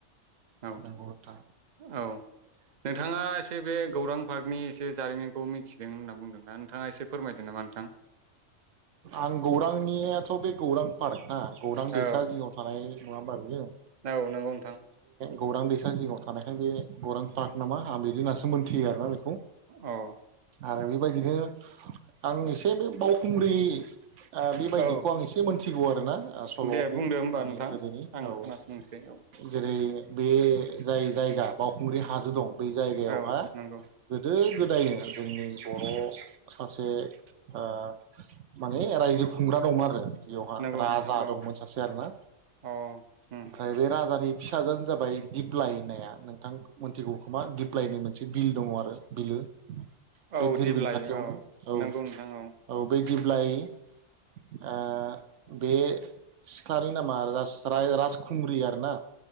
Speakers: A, on the right (about 45°); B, on the right (about 80°).
A: औ
B: नंगौ नोंथां।
A: औ नोंथाङा एसे बे गौरां पार्कनि एसे जारिमिनखौ मिथिदों होनना बुंदों ना नोंथाङा एसे फोरमायदों नामा नोंथां।
B: आं गौरांनियाथ' बे गौरां पार्क ना गौरां दैसा
A: औ
B: जिङाव थानाय नङाबा बेयो?
A: औ नंगौ नंगौ नोंथां।
B: गौरां दैसा जिङाव थानायखाय बे गौरां पार्क नामा आं बिदि नासो मोनथियो आरोना बेखौ
A: औ
B: आरो बेबायदिनो आंनि जे बे बावखुंग्रि ओ बेबायदिखौ
A: औ
B: आं एसे मोनथि गौ आरो ना ओ सल'
A: दे
B: ह
A: बुंदो होमबा
B: माने
A: नोंथां
B: गोदोनि
A: आं
B: औ
A: खोनासंनोसै औ
B: जेरै बे जाय जायगा बावखुंग्रि हाजो दं बै जायगायावहा
A: औ नंगौ
B: गोदो गोदायो जोंनि बर' सासे ओ माने रायजो खुंग्रा दंमोन आरो। बेयावहा
A: नंगौ
B: राजा
A: नोंथां औ
B: दंमोन सासे आरोना
A: औ उम
B: ओमफ्राय बे राजानि फिसाजानो जाबाय दिप्लाइ होननाया नोंथां मोनथिगौ खोमा दिप्लायनि मोनसे बिल दङ आरो बिलो। बे
A: औ
B: धिरबिल
A: दिप्लाय
B: खाथियावनो
A: औ
B: औ
A: नंगौ नोंथां औ।
B: बे दिब्लाय ओ बे सिखलानि नामा रास राय राजखुंग्रि आर ना।